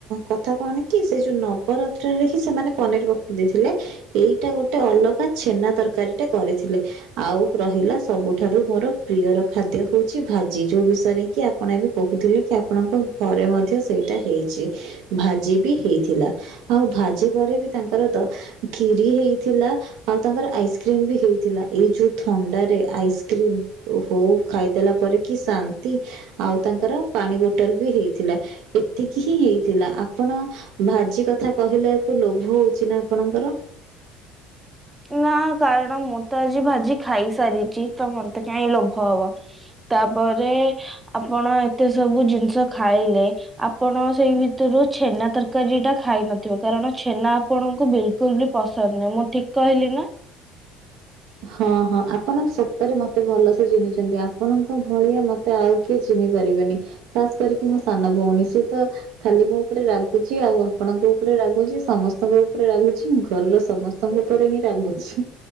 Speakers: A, on the right; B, on the right.
A: କଥା କଣ କି ସେ ଯୋଉ ନବରତ୍ନରେ ହିଁ ସେମାନେ ପନିର ପକେଇ ଦେଇଥିଲେ। ଏଇଟା ଗୋଟେ ଅଲଗା ଛେନା ତର ତରକାରୀଟେ କରିଥିଲେ ଆଉ ରହିଲା ସବୁଠାରୁ ମୋର ପ୍ରିୟର ଖାଦ୍ୟ। ହେଉଛି ଭାଜି ଯୋଉ ବିଷୟରେ କି ଆପଣ ଏବେ କହୁଥିଲେ କି ଆପଣଙ୍କ ଘରେ ମଧ୍ୟ ସେଇଟା ହେଇଚି। ଭାଜି ବି ହେଇଥିଲା ଆଉ ଭାଜି ପରେ ବି ତାଙ୍କର ଖିରି ହେଇଥିଲା। ଆଉ ତାଙ୍କର ଆଇସ୍କ୍ରିମ ବି ହେଇଥିଲା ଏଇ ଯୋଉ ଥଣ୍ଡାରେ ଆଇସ୍କ୍ରିମ ଓହୋ। ଖାଇଦେଲା ପରେ କି ଶାନ୍ତି ଆଉ ତାଙ୍କର ପାଣି ବୋଟଲ ବି ହେଇଥିଲା। ଏତିକି ହିଁ ହେଇଥିଲା ଆପଣ ଭାଜି କଥା କହିଲା ବାକୁ ଲୋଭ ହଉଛି ନା ଆପଣଙ୍କ <unintelligible>
B: ନା କାରଣ ମୁଁ ତ ଆଜି ଭାଜି ଖାଇସାରିଚି ତ ମତେ କାଇଁ ଲୋଭ ହବ। ତାପରେ ଆପଣ ଏତେ ସବୁ ଜିନିଷ ଖାଇଲେ ଆପଣ ସେଇ ଭିତରୁ ତ ଛେନା ତରକାରୀ ଟା ଖାଇ ନଥିବ କାରଣ ଛେନା ଆପଣଙ୍କୁ ବିଲକୁଲ ବି ପସନ୍ଦ ନାହିଁ ମୁଁ ଠିକ୍ କହିଲି ନା।
A: ହଁ ହଁ ଆପଣଙ୍କ ସତରେ ମତେ ଭଲ ସେ ଚିିହ୍ନିଚନ୍ତି ଆପଣଙ୍କ ଭଳିଆ ମତେ ଆଉ କିଏ ଚିହ୍ନ ପାରିବେନି ଖାସ୍ କରିକି ମୋ ସାନ ଭଉଣୀ ସିଏ ତ ଖାଲି ମୋ ଉପରେ ରାଗୁଛି ଆଉ ଆପଣଙ୍କ ଉପରେ ରାୁଛି ସମସ୍ତଙ୍କ ଉପରେ ରାଗୁଛି ଘରର ସମସ୍ତଙ୍କ ଉପରେ ହିଁ ରାଗୁଛି।